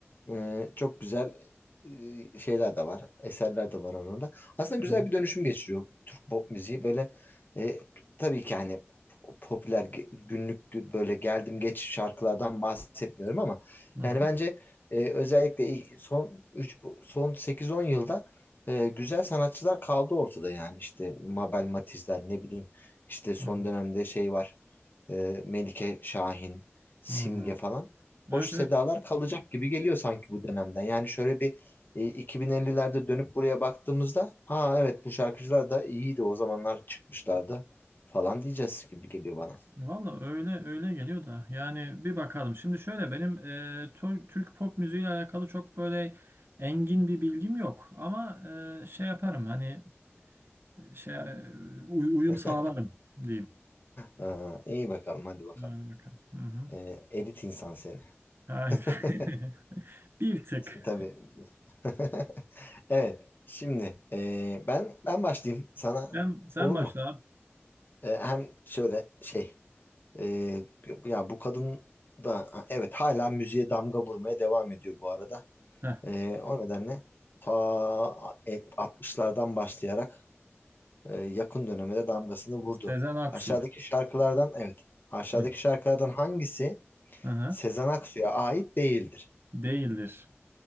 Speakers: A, on the left; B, on the right.
A: Ee, çok güzel e, şeyler de var, eserler de var arasında. Aslında
B: Tamam.
A: güzel bir dönüşüm geçiriyor Türk pop müziği. Böyle e, tabii ki hani popüler ge- günlük böyle geldim geç şarkılardan bahsetmiyorum ama
B: Hı
A: yani
B: hı.
A: bence e, özellikle ilk- son üç son 8-10 yılda e, güzel sanatçılar kaldı ortada yani işte Mabel Matiz'ler ne bileyim işte son
B: Hı hı.
A: dönemde şey var e, Melike Şahin, Simge
B: Hı hı.
A: falan hoş
B: Evet
A: sedalar
B: evet.
A: kalacak gibi geliyor sanki bu dönemden. Yani şöyle bir e, 2050'lerde dönüp buraya baktığımızda ha evet bu şarkıcılar da iyiydi o zamanlar çıkmışlardı falan diyeceğiz gibi geliyor bana.
B: Valla öyle öyle geliyor da yani bir bakalım. Şimdi şöyle benim e, Tur- Türk pop müziğiyle alakalı çok böyle engin bir bilgim yok. Ama e, şey yaparım hani şey e, uy- uyum
A: <laughs>
B: sağlarım diyeyim.
A: Aa, iyi bakalım hadi bakalım.
B: Yani bakalım. Hı hı.
A: Ee, elit insan seni.
B: Hayır.
A: <laughs>
B: <laughs> Bir tık.
A: Tabii. <laughs> Evet. Şimdi e, ben ben başlayayım sana
B: Sen, sen
A: olur
B: başla
A: mu?
B: abi.
A: E, hem şöyle şey e, ya bu kadın da evet hala müziğe damga vurmaya devam ediyor bu arada.
B: Heh.
A: E, o nedenle ta et- 60'lardan başlayarak e, yakın döneme de damgasını vurdu.
B: Sezen Aksu.
A: Aşağıdaki şarkılardan evet aşağıdaki
B: Heh.
A: şarkılardan hangisi
B: Hı hı.
A: Sezen Aksu'ya ait değildir?
B: Değildir.